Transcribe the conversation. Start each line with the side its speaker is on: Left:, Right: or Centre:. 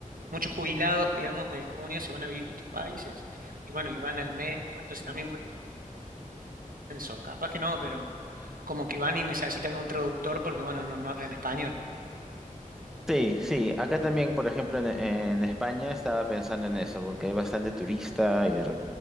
Right: muchos jubilados, digamos, de Estados Unidos se van a vivir a estos países y bueno, y van al médico, entonces también pueden eso. Capaz que no, pero como que van y necesitan un traductor porque, bueno, no, no hablan español.
Centre: Sí, sí, acá también, por ejemplo, en, en España estaba pensando en eso, porque hay bastante turista y de, re-